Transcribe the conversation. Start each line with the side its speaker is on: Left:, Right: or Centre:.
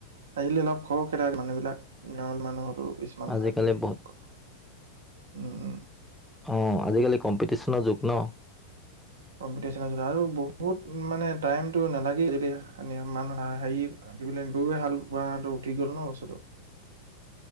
Right: আজিকালি অলপ খহ খেৰা মানুহ বিলাক গাঁৱল মানুহৰো কিছুমান
Centre: আজিকালি
Right: আজলি
Centre: বহুত
Right: উম উম
Centre: অ আজিকালি কম্পিটিচনৰ যুগ ন
Right: কম্পিটিচন আছিল আৰু বহুত মানে টাইমতটো নালাগে যদি <unintelligible> আকি পেলাই গৈ গৈ হাল বোৱাটো উঠি গ'ল ন বস্তুটো
Centre: <inaudible>